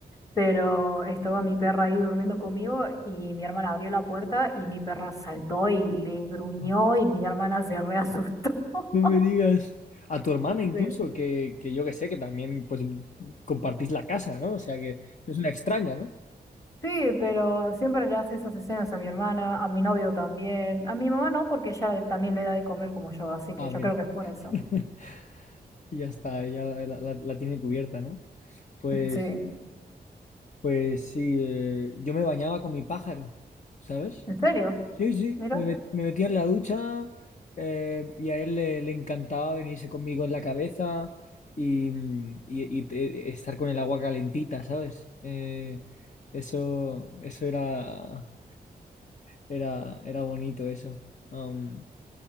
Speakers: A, on the left; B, on the left.
A: pero estaba mi perra ahí durmiendo conmigo y mi hermana abrió la puerta y mi perra saltó y le gruñó
B: Ah,
A: y mi hermana se reasustó. <laughs>
B: no me digas. A tu hermana incluso,
A: Sí.
B: que, que yo que sé, que también pues compartís la casa, ¿no? O sea que no es una extraña, ¿no?
A: Sí, pero siempre le hace esas escenas a mi hermana, a mi novio también, a mi mamá no, porque ella le- también le da de comer como yo, así que
B: Ah,
A: yo
B: mira.
A: creo que es por
B: <laughs>
A: eso.
B: Y ya está, ya la, la- la tiene cubierta, ¿no? Pues,
A: Sí,
B: pues sí, eh, yo me bañaba con mi pájaro, ¿sabes?
A: ¿en serio?
B: Sí, sí,
A: Mira,
B: me, met- me metía en la ducha eh, y a él le, le encantaba venirse conmigo en la cabeza y, mm, y- y te- estar con el agua calentita, ¿sabes? Eh, eso, eso era, era, era bonito eso. Am,